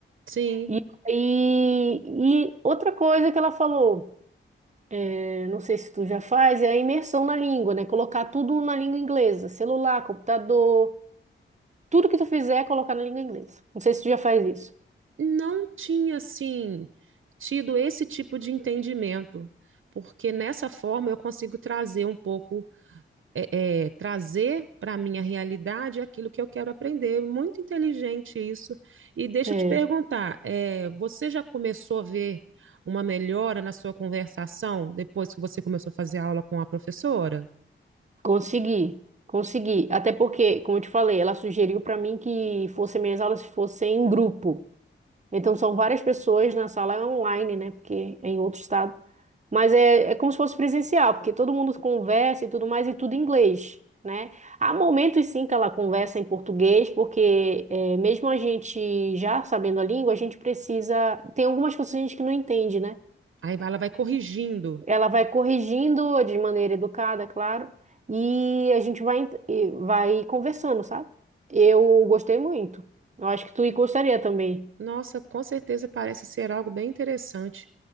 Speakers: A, on the right (about 75°); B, on the right (about 35°).
A: Sim,
B: E, e, e outra coisa que ela falou, eh, não sei se tu já faz, é a imersão na língua, né? Colocar tudo na língua inglesa, celular, computador. Tudo que tu fizer é colocar na língua inglesa. Não sei se tu já faz isso.
A: não tinha, assim, tido esse tipo de entendimento, porque nessa forma eu consigo trazer um pouco é, é, trazer para a minha realidade aquilo que eu quero aprender. Muito inteligente isso. E deixa
B: É,
A: eu te perguntar, é, você já começou a ver uma melhora na sua conversação depois que você começou a fazer aula com a professora?
B: consegui, consegui. Até porque, como eu te falei, ela sugeriu pra mim que fossem minhas aulas fossem em grupo. Então são várias pessoas na sala é online, né? Porque é em outro estado. Mas é, é como se fosse presencial, porque todo mundo conversa e tudo mais, e tudo em inglês, né? Há momentos sim que ela conversa em português, porque é, mesmo a gente já sabendo a língua, a gente precisa. Tem algumas coisas que a gente que não entende, né?
A: Aí ela vai corrigindo
B: Ela vai corrigindo de maneira educada, claro, e a gente vai, ent- e vai conversando, sabe? Eu gostei muito. Eu acho que tu gostaria também.
A: Nossa, com certeza parece ser algo bem interessante.